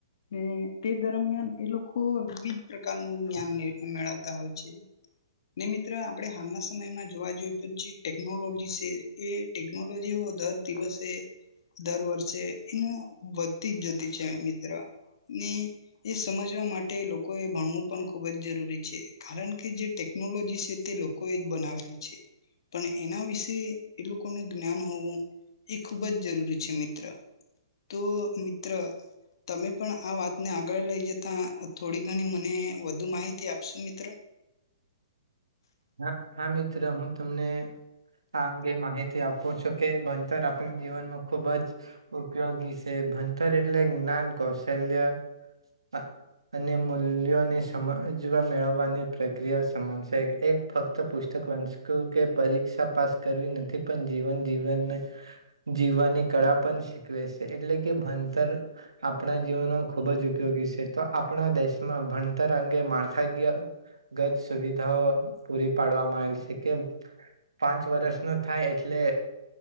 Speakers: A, on the left; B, on the right.
A: ને તે દરમિયાન એ લોકો વિવિધ પ્રકારનું જ્ઞાન મેળવતા હોય છે, ને મિત્ર આપણે હાલના સમયમાં જોવા જોઈએ તો જે ટેકનોલોજી એ એ ટેકનોલોજી દર દિવસે દર વર્ષે એનું વધતી જ જતી છે, મિત્ર ને એ સમજવા માટે લોકો એ ભણવું પણ ખુબ જ જરૂરી છે, કારણ કે જે ટેકનોલોજી છે, તે લોકોએ જ બનાવેલી છે, પણ એના વિશે એ લોકોનું જ્ઞાન હોવું એ ખૂબ જ જરૂરી છે, મિત્ર તો મિત્ર તમે પણ આ વાતને આગળ લઈ જતા થોડી ઘણી મને વધુ માહિતી આપશું મિત્ર.
B: હા હા મિત્ર હું તમને આ અંગે માહિતી આપું છું, કે ભણતર આપ જીવનમાં ખૂબ જ ઉપયોગી છે, ભણતર એટલે જ્ઞાન કૌશલ્ય અ અને મૂલ્યોને સમજવા મેળવવાની પ્રક્રિયા સમાન છે, એક ફક્ત પુસ્તક વાંચક્યું કે પરીક્ષા પાસ કરવી નથી, પણ જીવન જીવનને જીવવાની કળા પણ શીખવે છે, એટલે કે ભણતર આપણા જીવનમાં ખૂબ જ ઉપયોગી છે, તો આપણા દેશમાં ભણતર અંગે માળખાગિયા ગત સુવિધાઓ પૂરી પાડવામાં આવેલ છે, કેમ પાંચ વર્ષ નો થાય એટલે